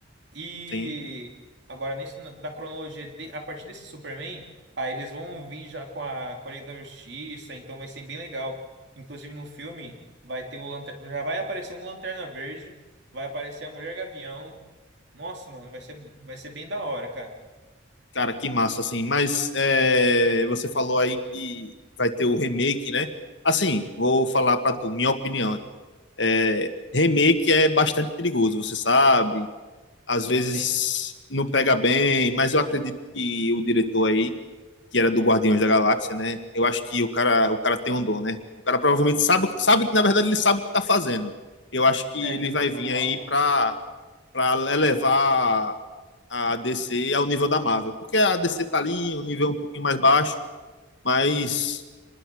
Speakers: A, on the right (about 60°); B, on the left (about 70°).
A: E
B: Sim.
A: agora, nesse, na- da cronologia, de- a partir desse Superman, aí eles vão vir já com a, com a Liga da Justiça, então vai ser bem legal. Inclusive no filme, vai ter o lanter- já vai aparecer um Lanterna Verde, vai aparecer a Mulher Gavião. Nossa, mano, vai ser, vai ser bem da hora, cara.
B: Cara, que massa, assim. Mas é, você falou aí que vai ter o remake, né? Assim, vou falar pra tu, minha opinião. É, remake é bastante perigoso, você sabe. Às vezes
A: Sim,
B: não pega bem, mas eu acredito que o diretor aí que era do Guardiões da Galáxia, né? Eu acho que o cara, o cara tem um dom, né? O cara provavelmente sabe, sabe que, na verdade, ele sabe o que tá fazendo. Eu acho que
A: é,
B: ele vai vir
A: total.
B: aí pra, pra elevar a DC ao nível da Marvel. Porque a DC tá ali, um nível um pouquinho mais baixo, mas